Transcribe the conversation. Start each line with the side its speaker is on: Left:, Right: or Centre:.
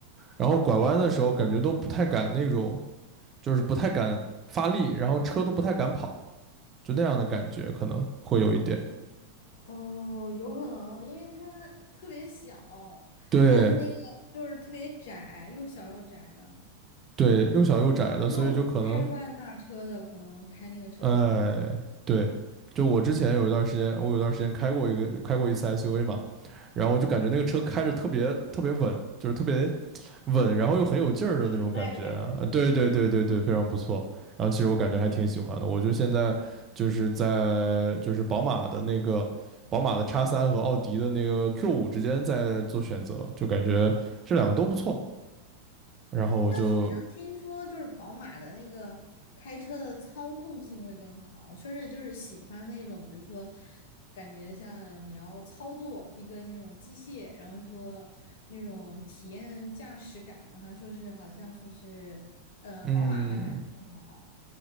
Right: 然后拐弯的时候感觉都不太敢那种，
Left: 啊
Right: 就是不太敢发力，然后车都不太敢跑，就那样的感觉可能会有一点。
Left: 哦，有可能，因为它特别小，
Right: 对
Left: 它的那个就是特别窄，又小又窄的。
Right: 对，又小又窄的，
Left: 有那种开惯大车的，
Right: 所以就可能，
Left: 可能开那个车就不太行。
Right: 哎，对，就我之前有一段时间，我有一段时间开过一个开过一次 SUV 嘛，然后我就感觉那个车开着特别特别稳，
Left: 嗯，
Right: 就是特别稳，然后又很有劲儿的那种感觉啊！
Left: 实在的感觉吗？
Right: 对对对对对，非常不错。然后其实我感觉还挺喜欢的，我就现在就是在就是宝马的那个宝马的 x 三和奥迪的那个 Q 五之间在做选择，就感觉这两个都不错。然后我就
Left: 但好像听说就是宝马的那个开车的操控性会更好，说是就是喜欢那种，比如说感觉像你要操作一个那种机械，然后说那种体验驾驶感的话，说是好像说是呃宝马的好像更好。
Right: 嗯，